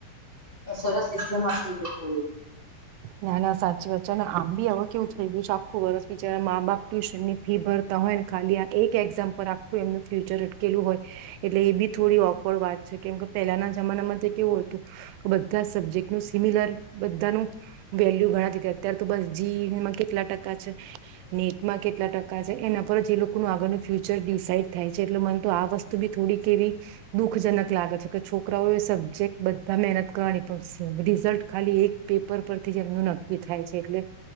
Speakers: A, on the left (about 75°); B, on the right (about 85°).
A: સરસ, એકદમ આપને લોકો લોકોને.
B: ના, ના, સાચી વાત છે ને. આમ બી હવે કેવું લઈ ગયુ છે આખું વરસ! જ્યારે મા-બાપ ટ્યુશન ની ફી ભરતા હોય ને, ખાલી આ એક એક્ઝામ પર આખું એમનું ફ્યુચર અટકેલું હોય. એટલે એ બી થોડી ઓકવર્ડ વાત છે, કેમ કે પહેલાના જમાનામાં કેવું હતું? બધા સબ્જેક્ટ નું સિમિલર બધાનું વેલ્યુ ગણાતી અત્યાર તો બસ જીમાં કેટલા ટકા છે નેટમાં કેટલા ટકા છે એના પર જ એ લોકોનું આગળનું ફ્યુચર ડિસાઈડ થાય છે એટલે મને તો આ વસ્તુ બી થોડીક એવી દુઃખજનક લાગે છે કે છોકરાઓ એ સબ્જેક્ટ બધા મહેનત કરવાની પણ રિઝલ્ટ ખાલી એક પે ઉપર પરથી જે એમનું નક્કી થાય છે એટલે